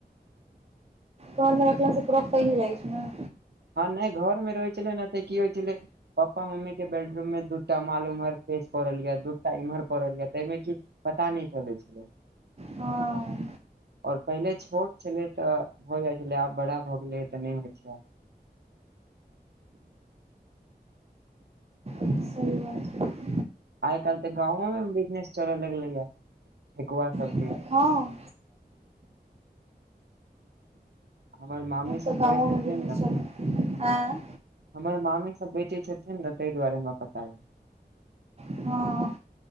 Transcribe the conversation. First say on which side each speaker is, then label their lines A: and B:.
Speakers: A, on the right; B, on the right.
A: घरमे रखलास पूरा फैल जाइ छै ने
B: हँ नहि घरमे रहै छेलै ने तऽ की होइ छेलै पप्पा मम्मी के बेडरूम मे दूटा माल उम्हर खसि पड़ल यऽ दूटा इम्हर पड़ल यऽ ताहिमे की पता नहि चलै छेलै
A: हँ
B: आओर पहिले छोट छेलै तऽ हो जाइ छेलै आब बड़ा भऽ गेलैये तऽ नहि होइ छै आब
A: सही बात छै
B: आइ काल्हि त गाँवों मे बिजनेस चले लगलै ये ठेकुआ सब
A: हँ
B: हमर मामी
A: तऽ
B: सब
A: गाँवो
B: करै छथिन
A: मे विजनेस
B: ने
A: चलय आँ
B: हमर मामी सब बेचै छथिन ने तइ दुआरे हमरा पता य
A: हँ